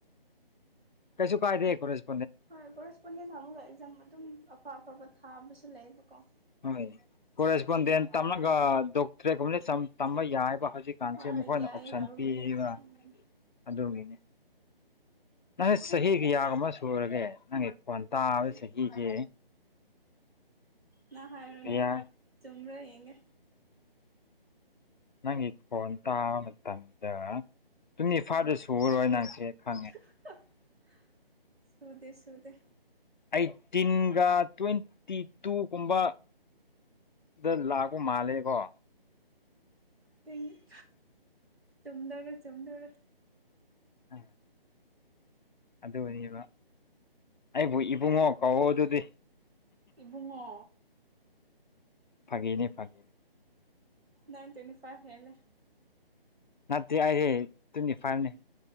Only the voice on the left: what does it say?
ꯀꯩꯁꯨ ꯀꯥꯏꯗꯦ ꯀꯣꯔꯦꯁ
ꯍꯣꯏ ꯀꯣꯔꯦꯁꯄꯣꯟꯗꯦꯟ ꯇꯝꯃꯒꯥ ꯗꯣꯛꯇ꯭ꯔꯦꯒꯨꯝꯕꯅ ꯆꯝ ꯇꯝꯕ ꯌꯥꯏꯑꯕ ꯍꯧꯖꯤꯛ ꯀꯥꯟꯁꯦ
ꯃꯈꯣꯏꯅ
ꯑꯣꯞꯁꯟ
ꯄꯤꯔꯤꯕ
ꯑꯗꯨꯒꯤꯅꯤ ꯅꯪ ꯆꯍꯤ ꯀꯌꯥꯒꯨꯝꯕ ꯁꯨꯔꯒꯦ ꯅꯪꯒꯤ ꯈꯣꯟ ꯇꯥꯕ
ꯆꯍꯤꯁꯦ
ꯀꯌꯥ
ꯅꯪꯒꯤ ꯈꯣꯟ ꯇꯥꯕ ꯃꯇꯝꯗꯥ ꯇꯨꯡꯅꯤꯐꯥꯗ ꯁꯨꯔꯣꯏ ꯅꯪꯁꯦ ꯈꯪꯉꯦ
ꯑꯩꯇꯤꯟꯒꯥ ꯇ꯭ꯋꯦꯟ ꯇꯤ ꯇꯨ ꯒꯨꯝꯕ ꯗꯥ ꯂꯥꯛꯄ ꯃꯥꯜꯂꯦꯀꯣ
ꯑꯥ ꯑꯗꯨꯅꯦꯕ ꯑꯩꯕꯨ ꯏꯕꯨꯡꯉꯣ ꯀꯧꯋꯣ ꯑꯗꯨꯗꯤ
ꯐꯥꯒꯤꯅꯤ ꯐꯥꯒꯤ
ꯅꯠꯇꯦ ꯑꯥꯏꯍꯦ ꯇꯨꯅꯤ ꯐꯥꯏꯚꯅꯤ